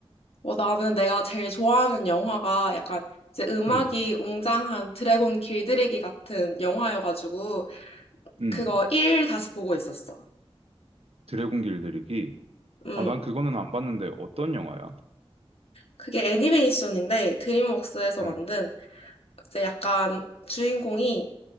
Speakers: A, on the left; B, on the right.
A: 어, 나는 내가 제일 좋아하는 영화가 약간 이제 음악이
B: 응.
A: 웅장한 드래곤 길들이기 같은 영화여가지고,
B: 응.
A: 그거 1 다시 보고 있었어.
B: 드래곤 길들이기.
A: 음,
B: 아, 난 그거는 안 봤는데 어떤 영화야?
A: 그게 애니메이션인데, 드림웍스에서 만든
B: 응.
A: 이제 약간 주인공이